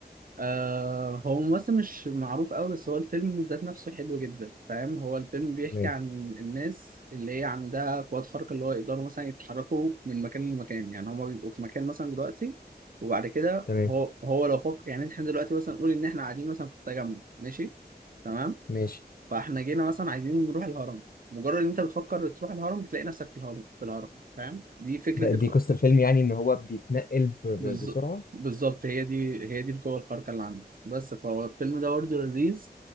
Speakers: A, on the right (about 55°); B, on the left (about 60°).
A: آه هو ممثل مش معروف قوي بس هو الفيلم ذات نفسه حلو جدا فاهم هو الفيلم بيحكي
B: تمام
A: عن الناس اللي هي عندها قوات خارقة اللي هو يقدروا مثلا يتحركوا من مكان لمكان يعني هما بيبقوا في مكان مثلا دلوقتي وبعد كده
B: تمام
A: هو هو لو فكر يعني احنا دلوقتي مثلا نقول ان احنا قاعدين مثلا في التجمع ماشي تمام
B: ماشي
A: فاحنا جينا مثلا عايزين نروح الهرم مجرد ان انت بتفكر تروح الهرم بتلاقي نفسك في الهرم في الهرم فاهم دي فكرة
B: ده دي قصة الفيلم يعني ان هو بيتنقل ب- ب-
A: بالظ-
B: بسرعة
A: بالظبط هي دي هي دي القوة الخارقة اللي عندي بس فهو الفيلم ده برضه لذيذ